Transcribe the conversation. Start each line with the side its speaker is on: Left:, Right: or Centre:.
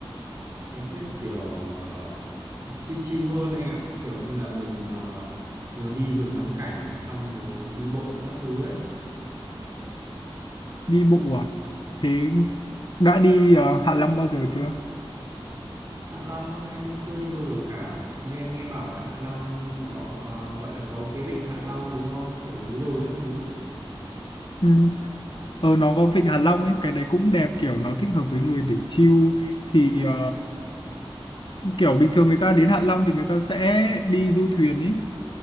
Right: Em thích kiểu uh, chill chill hơn anh ạ. Kiểu như là mình ờ, vừa đi vừa ngắm cảnh xong rồi đi bộ các thứ ấy.
Left: đi bộ à? Thế đã đi ờ, Hạ Long bao giờ chưa?
Right: Hạ Long á, em chưa đi bao giờ cả. Nghe em nghe bảo là Hạ Long có ờ, gọi là có cái vịnh Hạ Long đúng không? Kiểu núi đồi các thứ.
Left: Ừ. Ờ, nó có vịnh Hạ Long ấy, cái đấy cũng đẹp kiểu nó thích hợp với người để chill thì ờ, kiểu bình thường người ta đến Hạ Long thì người ta sẽ đi du thuyền ấy